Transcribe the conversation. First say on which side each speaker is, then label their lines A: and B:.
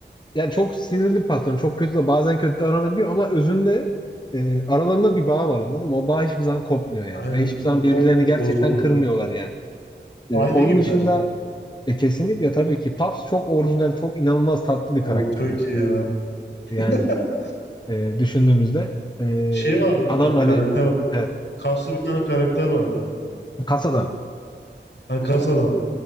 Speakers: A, on the left (about 25°); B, on the left (about 70°).
A: yani çok sinirli bir patron. Çok kötü de bazen kötü davranabiliyor ama özünde e, aralarında bir bağ var anladın mı? O bağ hiçbir zaman kopmuyor yani.
B: Aynen
A: Ve hiçbir zaman
B: bu
A: birbirlerini
B: kopmuyor,
A: gerçekten
B: bozulmuyor.
A: kırmıyorlar yani.
B: Aile
A: E, onun
B: gibiler.
A: dışında e, kesinlikle tabii ki Puffs çok orijinal, çok inanılmaz tatlı bir
B: O
A: karakter
B: çok
A: mesela.
B: iyi ya.
A: Yani
B: <laughs>
A: e, düşündüğümüzde e,
B: Şey vardı bir
A: adam
B: tane
A: hani
B: karakter var.
A: evet,
B: Kaslı bir tane karakter vardı.
A: kasadan.
B: Ha, kas adam.